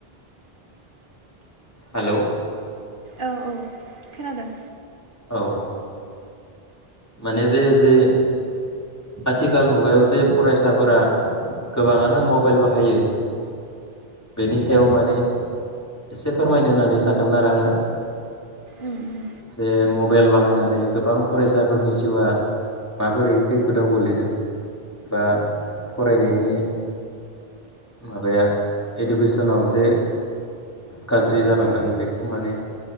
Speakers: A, on the left (about 15°); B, on the right (about 55°).
A: हालौ
B: औ औ खोनादों
A: औ माने जे जे आथिखाल मुगायाव जे फरायसाफोरा गोबाङानो मबाइल बाहायो बेनि सायाव
B: औ
A: माने एसे फोरमायनो होननानै सानदोंमोन आरो आङो।
B: उम उम
A: जे मबाइल बाहायनानै गोबां फरायसा साफोरनि जिउआ माबोरै खैफोदाव गोलैदों बा फरायनायनि माबाया इडुकेसनाव जे गाज्रि जालांदों बेखौ माने